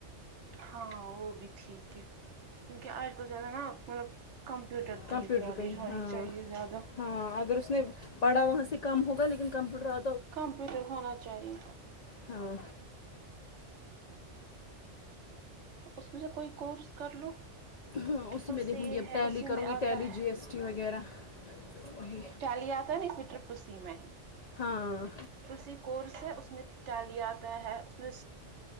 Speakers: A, on the right (about 70°); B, on the left (about 85°).
A: ہاں وہ بھی ٹھیک ہے کیونکہ آج کل زیادہ نا مطلب کمپیوٹر
B: سینٹ کمپیوٹر
A: کی نالیج
B: کہیں
A: ہونی
B: ہاں
A: چاہیے زیادہ
B: ہاں اگر اس نے پڑھا وہاں سے کم ہوگا لیکن کمپیوٹر آ
A: کمپیوٹر ہونا چاہیے
B: ہاں
A: اس میں سے کوئی کورس کر لو
B: ہاں
A: ٹرپل
B: اسی میں دیکھوں
A: سی
B: گی اب
A: ہے
B: ٹیلی
A: اسی
B: کروں
A: میں
B: گی
A: آتا
B: ٹیلی
A: ہے
B: جی ایس ٹی وغیرہ وہی
A: ٹیلی آتا نا اس وٹرپ سی میں ہی
B: ہاں
A: سی کورس ہے اس میں ٹیلی آتا ہے اس میں